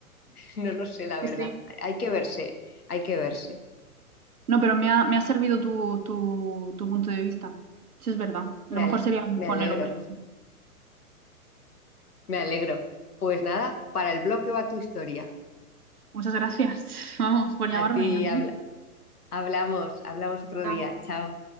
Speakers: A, on the left; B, on the right.
A: <laughs> No lo sé, la
B: sí,
A: verdad.
B: sí.
A: Hay que verse, hay que verse.
B: No, pero me ha, me ha servido tu, tu, tu punto de vista. Eso es verdad. Lo
A: Me ale-
B: mejor sería hablar
A: me
B: con
A: alegro,
B: el hombre. sí.
A: me alegro. Pues nada, para el bloque va tu historia.
B: Muchas gracias, <laughs> vamos, por
A: A
B: llamarme
A: ti
B: a mí.
A: habla- hablamos, hablamos otro
B: Chao.
A: día. Chao.